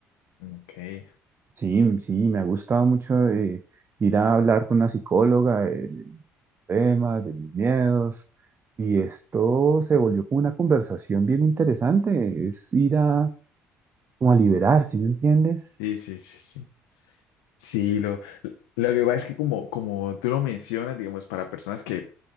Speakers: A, on the left; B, on the right.
A: Ok,
B: Sí, m- sí, me ha gustado mucho eh, ir a hablar con una psicóloga de, de temas, de mis miedos. Y esto se volvió como una conversación bien interesante. Es ir a, como a liberar, ¿sí me entiendes?
A: sí, sí, sí, sí. Sí, lo, lo que pasa es que como, como tú lo mencionas, digamos, para personas que